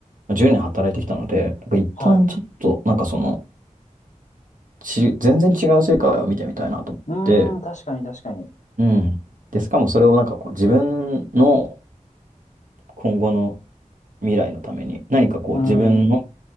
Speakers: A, on the right; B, on the left.
A: 10年働いてきたので、なんか一旦ちょっと、
B: はい。
A: なんかその、ち、全然違う世界を見てみたいなと思って、
B: うーん、確かに確かに。
A: うん。で、しかもそれをなんかこう自分の今後の未来のために、何かこう自分の
B: うーん、